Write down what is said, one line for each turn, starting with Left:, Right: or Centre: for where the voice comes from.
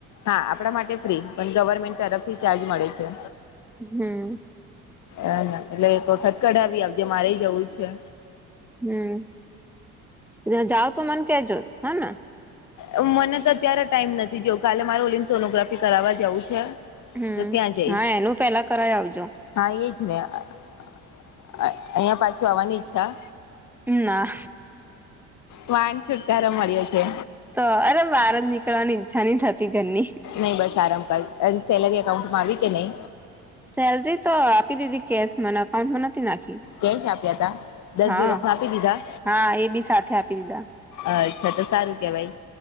Left: હા, આપડા માટે ફ્રી પન ગવર્મેન્ટ તરફથી ચાર્જ મળે છે.
Centre: હમ્મ.
Left: એ એટલે એક વખત કઢાવી આવજે મારેયએ જવું છે
Centre: હમ્મ, ત્યાં જાવ તો મન કેજો હને.
Left: અઉ મને તો અત્યારે ટાઈમ નથી જો કાલે મારુ ઓલીનું સોનોગ્રાફી કરાવા જવું છે.
Centre: હમ્મ,
Left: તો ત્યાં જઈશ
Centre: હા એનું પેલા કરાય આવજો.
Left: હા એજ ને અ-અ-અ અ અહીંયા પાછું આવાની ઈચ્છા
Centre: ના
Left: વાન છુટકારો મળ્યો. છે
Centre: તો અરે-રે-રે બાર જ નીકળવાની ઈચ્છા ની થતી ઘરની
Left: નઈ બસ આરામ કર અન સેલેરી અકાઉન્ટમાં આવી કે નઈ?
Centre: સેલરી તો આપી દીધી કેશ મને અકાઉનમાં નથી નાખી.
Left: કેશ આપ્યા તા દસ
Centre: હઅ-અ
Left: દિવસમાં આપી દીધા
Centre: હા આ એ બી સાથે આપી દીધા.
Left: અચ્છા તો સારું કેવાય